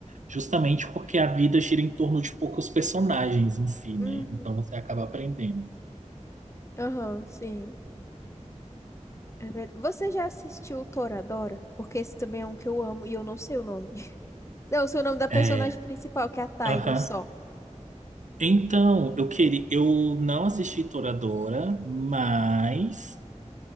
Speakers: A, on the right; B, on the left.
A: justamente porque a vida gira em torno de poucos personagens em si, né?
B: Hum,
A: Então você acaba aprendendo.
B: Aham, sim. É verdade. Você já assistiu o Toradora? Porque esse também é um que eu amo e eu não sei o nome. <laughs> Não, eu sei o nome da personagem
A: É,
B: principal, que é a Taiga,
A: aham.
B: só.
A: Então, eu queria, eu não assisti Toradora, mas